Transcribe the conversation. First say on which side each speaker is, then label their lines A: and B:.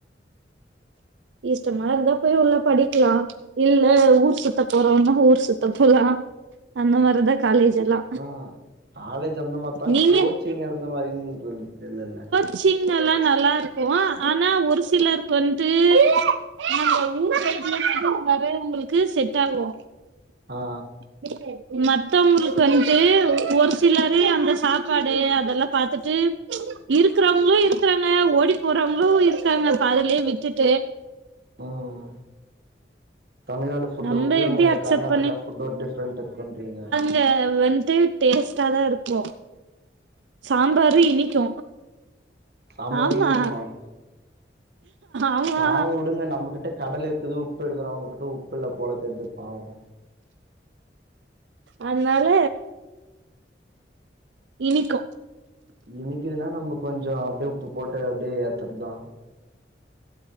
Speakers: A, on the right; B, on the right.
A: இஷ்டமா இருந்தா போய் உள்ள படிக்லா இல்ல ஊர் சுத்த போறம்ன்னா ஊர் சுத்த போலா அந்த மாரிதா காலேஜ் எல்லா
B: அதா காலேஜ் அந்த மார்தா
A: நீங்க
B: கோச்சிங் எந்த மாரின்ற தெர்லல
A: ச்சிங் எல்லா நல்லா இருக்கு ஆனா ஒரு சிலர் வந்து நம்ப ஊர் சைடுல இருந்து வரவங்களுக்கு செட் ஆகு
B: ஆ
A: <unintelligible> மத்தவங்களுக்கு வந்ட்டு ஒரு சிலரு அந்த சாப்பாடு அதெல்லா பாத்துட்டு இருக்றவங்ளு இருக்றாங்க ஓடி போறவங்களு இருக்காங்க பாதிலே விட்டுட்டு
B: ம் தமிழ்நாடு ஃபுட்ட
A: நம்ம
B: விட்டு
A: எப்டி
B: அங்க
A: அக்செப்ட்
B: கர்நாடகா ஃபுட் ஒரு டிஃப்ரென்ட் இருக்குன்றீங்க
A: <unintelligible> வந்டு டேஸ்டா தா இருக்கு சாம்பாரு இனிக்கு
B: சாம்பாரு
A: ஆமா
B: இனிக்குமா
A: ஆமா
B: பாவொ வுடுங்க நம்மகிட்ட கடல் இருக்குது உப்பு எடுக்குறொ அவ்ங்கிட்ட உப்பு இல்ல போல தெர்து பாவொ
A: அதுனால இனிக்கு
B: இனிக்குதுன்னா நம்ப கொஞ்சொ அப்ட்யே உப்பு போட்டு அப்டியே ஏத்தற் தா